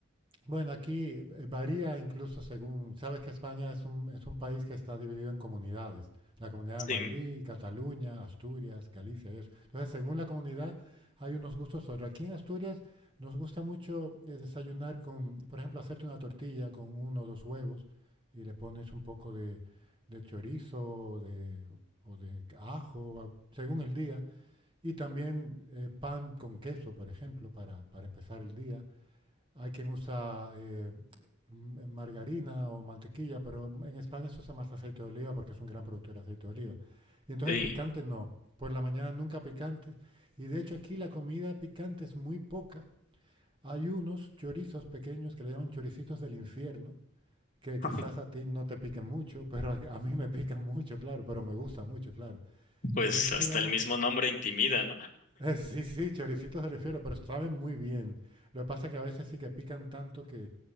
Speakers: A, on the right; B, on the left.
A: Bueno, aquí eh, varía incluso según, sabes que España es un, es un país que está dividido en comunidades, la comunidad
B: Sí,
A: de Madrid, Cataluña, Asturias, Galicia y eso. Entonces, según la comunidad hay unos gustos otros. Aquí en Asturias nos gusta mucho eh, desayunar con, por ejemplo, hacerte una tortilla con uno o dos huevos y le pones un poco de, de chorizo o de, o de ajo, a- según el día, y también eh, pan con queso, por ejemplo, para, para empezar el día. Hay quien usa eh, m- margarina o mantequilla, pero en España se usa más aceite de oliva porque es un gran productor de aceite de oliva. Y entonces
B: sí,
A: picante no. Por la mañana nunca picante. Y de hecho aquí la comida picante es muy poca. Hay unos chorizos pequeños que le llaman choricitos del infierno, que quizás
B: <laughs>
A: a ti no te piquen mucho, pero a, a mí me pican mucho, claro, pero me gusta mucho, claro.
B: pues
A: Y eso,
B: hasta
A: digamos,
B: el mismo nombre intimida, ¿no?
A: eh, sí, sí, choricitos de refiero, pero saben muy bien. Lo que pasa es que a veces sí que pican tanto que,